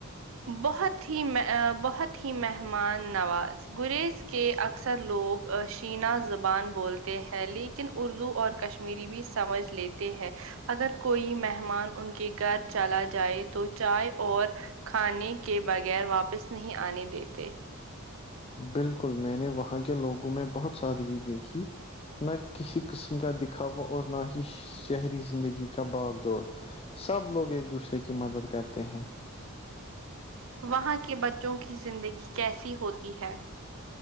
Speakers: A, on the right (about 65°); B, on the left (about 25°).
A: بہت ہی بہت ہی مہمان نواز گریز کے اکثر لوگ شینہ زبان بولتے ہیں لیک لیکن اردو اور کشمیری بھی سمجھ لیتے ہیں اگر کوئی مہمان ان کے گھر چلا جائے تو چائے اور کھانے کے بغیر واپس نہیں آنے دیتے
B: بالکل میں نے وہاں کے لوگوں میں بہت سادگی دیکھی نہ کسی قسم کا دکھاوا اور نہ ہی شہری زندگی کا باغ دوڑ سب لوگ ایک دوسرے کی مدد کرتے ہیں
A: وہاں کے بچوں کی زندگی کیسی ہوتی ہے